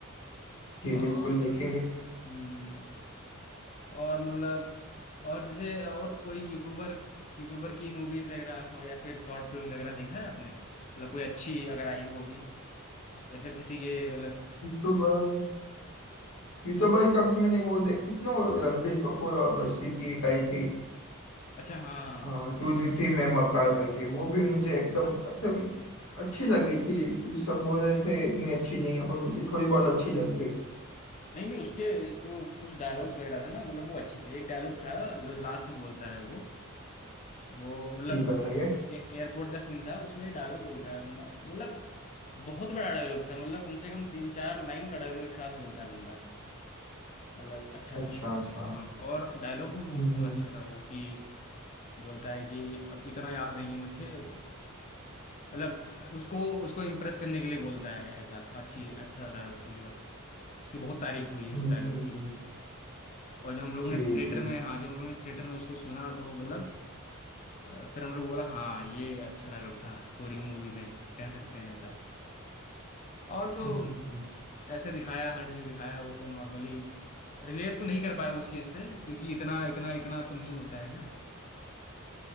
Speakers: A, on the left (about 80°); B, on the left (about 35°).
A: जी
B: और
A: बिल्कुल देखेंगे
B: हम्म, और मतलब और जैसे और कोई यूट्यूबर यूट्यूबर की मूवीज वगैरह हो या फिर शॉर्ट फिल्म वगैरह देखा है आपने मतलब कोई अच्छी अगर आई हो अभी या फिर किसी के मतलब
A: यूट्यूबर यूट्यूबर का भी मैंने वो देखी थी ना वो रणबीर कपूर और बस्सी की एक आई थी
B: अच्छा हाँ
A: हाँ, तू झूठी मैं मक्कार करके वो भी मुझे
B: कुछ
A: एकदम मतलब अच्छी लगी थी तू सब बोल रहे थे इतनी अच्छी नहीं है पर मुझे थोड़ी बहुत अच्छी लग गई
B: नहीं नहीं उसके जो कुछ डायलॉग्स वगैरह थे ना मतलब वो अच्छे थे एक डायलॉग था लास्ट में बोलता है वो वो मतलब
A: जी बताइए
B: ये एयरपोर्ट का सीन था उसमें डायलॉग बोलता है बंदा मतलब बहुत बड़ा डायलॉग था मतलब कम से कम तीन चार लाइन का डायलॉग एक साथ बोलता है बंदा मतलब अच्छा
A: अच्छा
B: खासा
A: अच्छा
B: हाँ और डायलॉग भी बहुत
A: हम्म
B: बहुत
A: हम्म
B: अच्छा था वो कि बोलता है कि अब इतना याद नहीं है मुझे मतलब उसको उसको इम्प्रेस करने के लिए बोलता है ऐसा अच्छी अच्छा डायलॉग था मतलब उसकी बहुत तारीफ हुई है
A: हम्म,
B: वो
A: हम्म,
B: डायलॉग की
A: हम्म,
B: और जब हम लोगों
A: जी
B: ने थिएटर
A: जी जी
B: में
A: हम्म,
B: हाँ जब हम लोगों ने थिएटर में उसको सुना तो मतलब अ, फिर हम लोग बोला हाँ ये अच्छा डायलॉग था पूरी मूवी में कह सकते हैं ऐसा और तो
A: हम्म, हम्म,
B: ऐसे दिखाया हर चीज दिखाया वो तो नॉर्मली रिलेट तो नहीं कर पाए उस चीज से क्योंकि इतना इतना इतना तो नहीं होता है ना